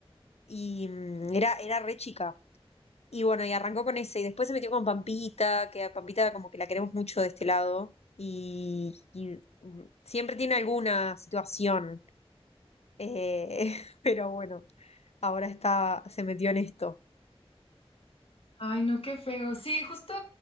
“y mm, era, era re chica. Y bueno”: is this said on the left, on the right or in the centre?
Left